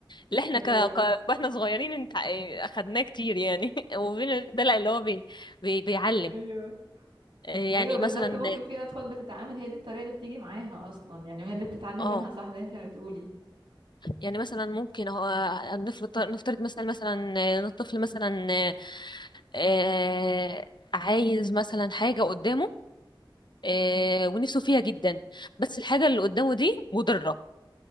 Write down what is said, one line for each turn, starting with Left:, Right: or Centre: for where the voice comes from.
Left: اللي احنا
Right: ايوه
Left: ك... ك... واحنا صغيرين انت اخدناه كتير يعني <laughs> وبين الدلع اللي هو بي... بي... بيعلم
Right: ايوه
Left: آه،
Right: ايوه
Left: يعني
Right: بالظبط
Left: مثلا
Right: ممكن في اطفال بتتعامل هي دي الطريقة اللي بتيجي معاها اصلا يعني وهي اللي بتتعلم
Left: اه
Right: منها صح زي انت ما بتقولي
Left: يعني مثلا ممكن هو نفرض نفترض مثلا مثلا الطفل مثلا آه عايز مثلا حاجة قدامه آه
Right: مم.
Left: ونفسه فيها جدا بس الحاجة اللي قدامه دي مضرة